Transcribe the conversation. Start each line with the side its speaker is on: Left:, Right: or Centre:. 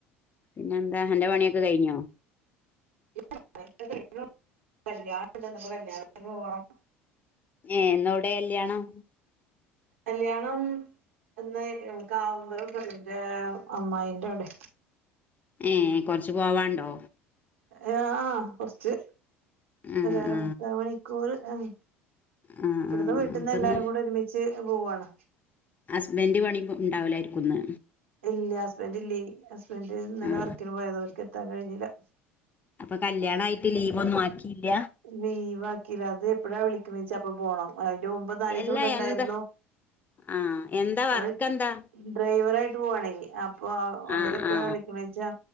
Left: പിന്നെന്താ? അന്റെ പണിയൊക്കെ കയിഞ്ഞോ?
Right: <unintelligible> കല്ല്യാണണ്ട്. അപ്പ കല്യാണത്തിന് പോണം
Left: ഏഹ് ഇന്നൊവ്ടെ കല്ല്യാണം
Right: കല്യാണം എന്ന് ആ കാവ <unintelligible> ന്റെ അമ്മായിന്റവ്ടെ
Left: ഏഹ് കൊറച്ച് പോവാണ്ടോ
Right: ഏഹ് ആഹ് കൊറച്ച്
Left: ആ
Right: ഒര് അരമുക്കാമണിക്കൂറ്
Left: ആ
Right: ആഹ്
Left: ആ
Right: ഇവ്ടുന്ന്
Left: ആ
Right: വീട്ടിന്നെല്ലാരും
Left: അപ്പൊന്ന്
Right: കൂടെ ഒരുമിച്ച് പോവാണ്
Left: ഹസ്ബന്റ് പണിപ്പ ഇണ്ടാവില്ലായിരിക്കുന്ന്
Right: ഇല്ല. ഹസ്ബന്റില്ലേ. ഹസ്ബന്റ് ന്നലെ
Left: ആ
Right: വർക്ക്ന് പോയതാ. അവർക്കെത്താൻ കഴിഞ്ഞില്ല.
Left: അപ്പൊ കല്യാണായിട്ട് ലീവൊന്നു ആക്കീല
Right: ലീവാക്കീല. അത് എപ്പഴാ വിളിക്കുന്നെച്ചാ അപ്പ പോണം. അയിന്റെ മു പ്പം നാലീസം
Left: എല്ലാ
Right: ഇവ്ടണ്ടായിരുന്നു.
Left: എന്താ ആ എന്താ വർക്ക്
Right: അത്
Left: എന്താ
Right: ഡ്രൈവറായി പ്‌വാണെങ്കി. അപ്പൊ അവ അവരെപ്പൊഴാ
Left: ആ ആ
Right: വിളിക്ക്ണ്വെച്ചാ